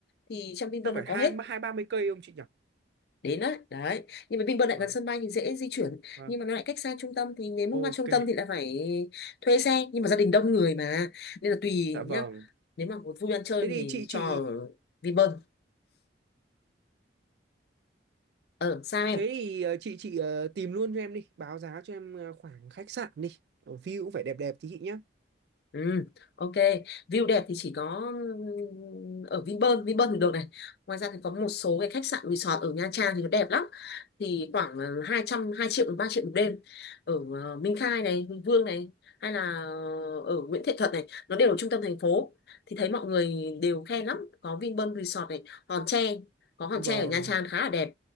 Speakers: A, on the left; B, on the right.
A: thì trong Vinpearl
B: Chắc phải
A: nó có
B: hai
A: hết
B: hai ba mươi cây không chị nhỉ?
A: đến đấy đấy nhưng mà Vinpearl lại
B: Vâng,
A: gần sân bay thì dễ di chuyển
B: vâng.
A: nhưng mà nó lại cách xa trung tâm thì nếu muốn
B: Ok,
A: qua trung tâm thì lại phải thuê xe nhưng mà gia đình đông người mà nên là tùy
B: dạ vâng.
A: nhá nếu mà một vui ăn chơi
B: Thế thì
A: thì
B: chị
A: cho
B: chị
A: Vinpearl ờ sao em
B: thế thì ờ, chị chị ờ, tìm luôn cho em đi, báo giá cho em ờ, khoảng khách sạn đi. Ở view cũng phải đẹp đẹp tí chị nhé.
A: Ừ, ok. View đẹp thì chỉ có ừm, ở Vinpearl, Vinpearl thì được này. Ngoài ra thì có một số cái khách sạn resort ở Nha Trang thì nó đẹp lắm. Thì khoảng ờ, 200, 2 triệu đến 3 triệu một đêm. Ở ờ, Minh Khai này, Hùng Vương này hay là ờ, ở Nguyễn Thiện Thuật này, nó đều ở trung tâm thành phố. Thì thấy mọi người đều khen lắm, có Vinpearl Resort này, Hòn Tre, có Hòn
B: Vâng.
A: Tre ở Nha Trang khá là đẹp.